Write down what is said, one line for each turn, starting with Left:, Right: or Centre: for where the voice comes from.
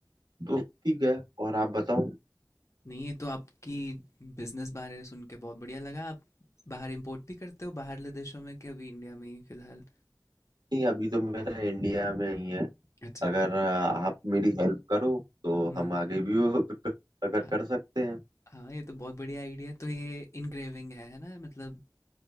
Right: तो ठीक है और आप बताओ
Left: नहीं ये तो आपकी बिजनेस बारे सुन के बहुत बढ़िया लगा आप बाहर इंपोर्ट भी करते हो बाहरले देशों में कि अभी इंडिया में ही फिलहाल
Right: नहीं अभी तो मेरा इंडिया में ही है
Left: अच्छा
Right: अगर अ, आप मेरी हेल्प करो तो
Left: हम्म
Right: हम आगे भी वो <laughs> अगर
Left: हाँ
Right: कर सकते हैं
Left: हाँ, ये तो बहुत बढ़िया आइडिया है तो ये इनग्रेविंग है है ना मतलब